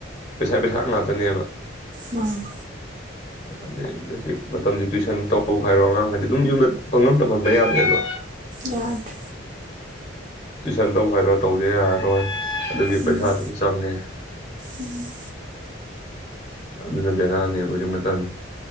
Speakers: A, on the left; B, on the right.
A: ꯄꯩꯁꯥ ꯄꯩꯁꯥ ꯉꯥꯛꯇꯅꯦꯕ
B: ꯃꯥꯅꯤ
A: <inaudible> ꯑꯗꯩ ꯍꯧꯖꯤꯛ ꯃꯇꯝꯖꯦ ꯇꯨꯏꯁꯟ ꯇꯧꯕ ꯍꯥꯏꯔꯣ ꯑꯉꯥꯡ ꯍꯥꯏꯖꯦ ꯑꯗꯨꯝ ꯌꯨꯝꯗ ꯄꯪꯇꯝ ꯇꯝꯍꯟꯕ ꯌꯥꯗ꯭ꯔꯦꯕ
B: ꯌꯥꯗ꯭ꯔꯦ
A: ꯇꯨꯏꯁꯟ ꯇꯧꯕ ꯍꯥꯏꯔꯣ ꯇꯧꯗ ꯌꯥꯔꯔꯣꯏ ꯑꯗꯨꯒꯤ
B: ꯎꯝ
A: ꯄꯩꯁꯥ ꯑꯗꯨꯝ ꯆꯪꯉꯦ
B: ꯎꯝ
A: ꯑꯗꯨꯅ ꯕꯦꯔꯥꯅꯦꯕ ꯍꯧꯖꯤꯛ ꯃꯇꯝꯖꯦ